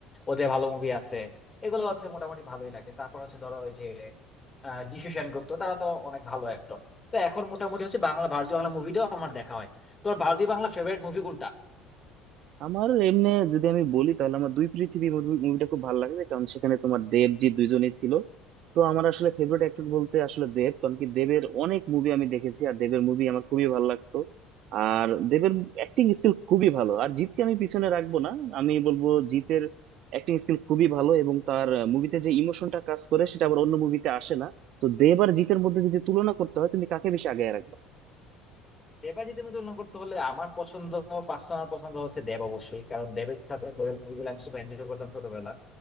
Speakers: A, on the left (about 25°); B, on the right (about 60°).
A: ওদের ভালো মুভি আছে এগুলো হচ্ছে মোটামুটি ভালোই লাগে তারপর হচ্ছে ধরো ওই যে আহ, যিশু সেনগুপ্ত তারা তো অনেক ভালো অ্যাক্টর তো এখন মোটামুটি হচ্ছে বাংলা ভারতীয় বাংলা মুভিটাও আমার দেখা হয় তোমার ভারতীয় বাংলা ফেভারিট মুভি কোনটা
B: আমার এমনি যদি আমি বলি তাহলে আমার দুই পৃথিবী মুভিটা খুব ভালো লাগে কারণ সেখানে তোমার দেব জি দুইজনেই ছিল তো আমার আসলে ফেভারিট অ্যাক্টর বলতে আসলে দেব কারণ কি দেবের অনেক মুভি আমি দেখেছি আর দেবের মুভি আমার খুবই ভালো লাগতো আর দেবের অ্যাক্টিং স্কিল খুবই ভালো আর জিতকে আমি পিছনে রাখবো না আমি বলবো জিতের অ্যাক্টিং স্কিল খুবই ভালো এবং তার মুভিতে যে ইমোশনটা কাজ করে সেটা আবার অন্য মুভিতে আসে না তো দেব আর জিতের মধ্যে যদি তুলনা করতে হয় তুমি কাকে বেশি আগে রাখবে
A: দেবাজিতের মধ্যে তুলনা করতে হলে আমার পছন্দ পার্সোনাল পছন্দ হচ্ছে দেব অবশ্যই কারণ দেবের সাথে দেবের মুভিগুলো আমি খুব এনজয় করতাম ছোটবেলা